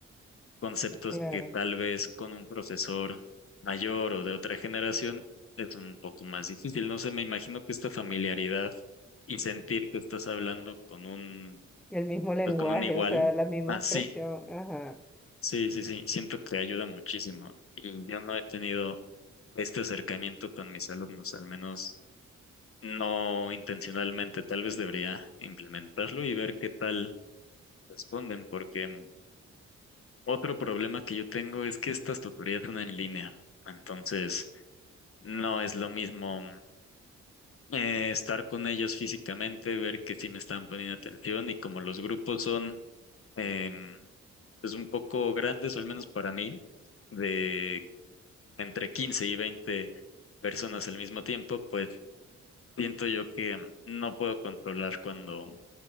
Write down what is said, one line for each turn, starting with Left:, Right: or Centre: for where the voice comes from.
Left: conceptos
Centre: claro,
Left: que tal vez con un profesor mayor o de otra generación es un poco más difícil. No sé, me imagino que esta familiaridad y sentir que estás hablando con un,
Centre: el mismo lenguaje,
Left: pues con un igual,
Centre: o sea, la misma
Left: ah,
Centre: expresión,
Left: sí,
Centre: ajá.
Left: sí, sí, sí, siento que ayuda muchísimo. Y yo no he tenido este acercamiento con mis alumnos, al menos. no intencionalmente. Tal vez debería implementarlo y ver qué tal responden, porque mm, otro problema que yo tengo es que estas tutorías son en línea. Entonces, no es lo mismo mm, eh, estar con ellos físicamente, ver que sí me están poniendo atención y como los grupos son em, pues un poco grandes, o al menos para mí, de entre 15 y 20 personas al mismo tiempo, pues siento yo que mm, no puedo controlar cuando